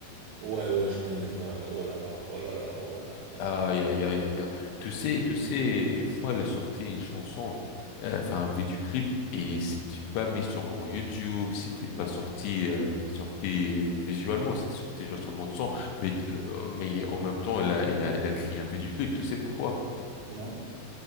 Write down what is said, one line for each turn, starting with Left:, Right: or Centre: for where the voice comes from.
Right: Ouais, ouais, je connais Val. Oh là là, oh là là, oh là là, oh
Left: Aïe,
Right: là là.
Left: aïe, aïe, aïe, aïe. Tu sais, tu sais, une fois, il a sorti une chanson, euh, enfin, un vidéoclip, et c'était pas mis sur YouTube, c'était pas sorti, euh, sorti visuellement, c'était sorti juste en mode son, mais, euh, mais en même temps, il a, il a, il a créé un vidéoclip, tu sais pourquoi?
Right: Non?